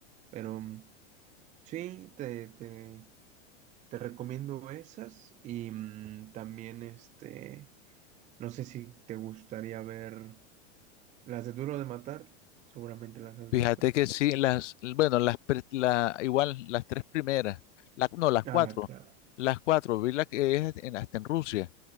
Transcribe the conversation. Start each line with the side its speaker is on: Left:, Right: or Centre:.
Right: Pero mm, sí, te, te, te recomiendo esas y mm, también este, no sé si te gustaría ver las de Duro de Matar, seguramente las has
Left: Fíjate
Right: visto.
Left: que sí, las, bueno, las, pre- la, igual las tres primeras, la- no, las
Right: Ah,
Left: cuatro,
Right: claro.
Left: las cuatro, vi la que es en- hasta en Rusia.